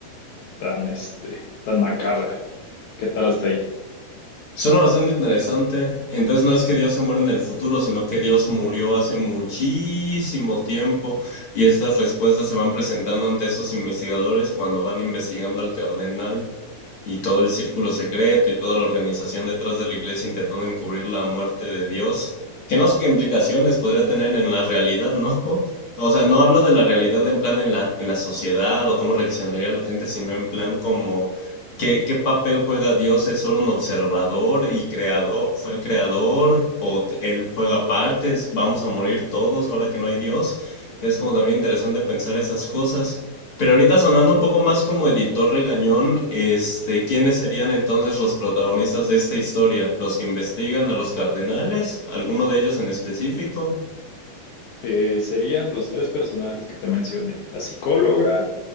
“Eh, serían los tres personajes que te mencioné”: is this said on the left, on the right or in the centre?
Left